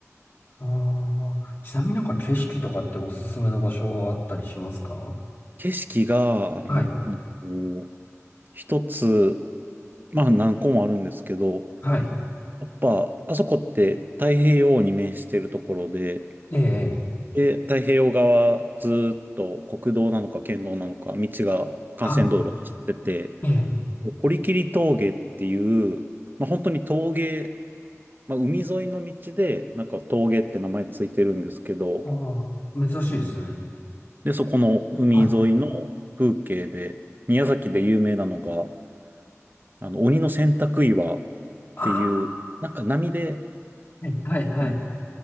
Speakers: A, on the left (about 45°); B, on the right (about 40°).
A: ああ、ちなみになんか景色とかっておすすめの場所はあったりしますか
B: 景色が、あの、
A: はい、
B: こう一つ、まあ何個もあるんですけど、
A: はい、
B: やっぱ、あそこって太平洋に面してるところで、
A: ええ、ええ
B: で、太平洋側ずーっと国道なのか県道なのか、道が幹線道路を走ってて、
A: はい、ええ、
B: 堀切峠っていう、まあ本当に峠、まあ海沿いの道で、なんか峠って名前ついてるんですけど、
A: ああ、珍しいですね。
B: で、そこの海沿いの
A: はい。
B: 風景で、宮崎で有名なのが、あの、鬼の洗濯岩っ
A: ああ、
B: ていう、なんか波で、
A: はい、はい、はい。
B: あの、